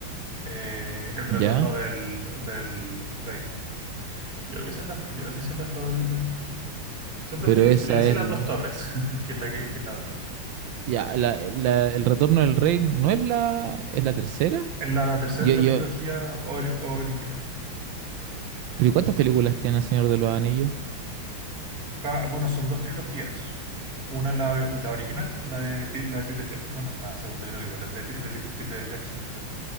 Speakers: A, on the right (about 45°); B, on the right (about 75°).
A: eh, El Retorno
B: Ya,
A: del, del Rey. Creo que esa es la, creo que esa es la favorita. Siempre
B: pero
A: estoy
B: esa
A: entre esa
B: es
A: y las
B: el...
A: dos torres, <laughs> que es la, que, que es la otra.
B: Ya, la, la- El Retorno del Rey no es la... ¿Es la tercera?
A: En la, la tercera
B: Yo,
A: es
B: yo...
A: la trilogía ori- original.
B: ¿Pero ¿y cuántas películas tiene El Señor de los Anillos?
A: Ca- bueno, son dos trilogías. Una es la, la original, la de, Pi- la de Peter Jackson. Bueno, la segunda creo que igual es de, Pi- de Peter, Peter Jackson, creo.